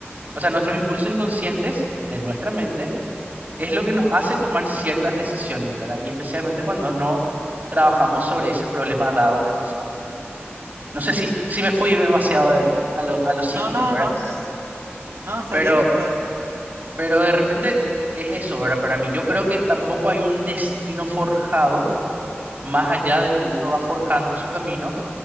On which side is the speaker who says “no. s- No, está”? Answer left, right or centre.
Right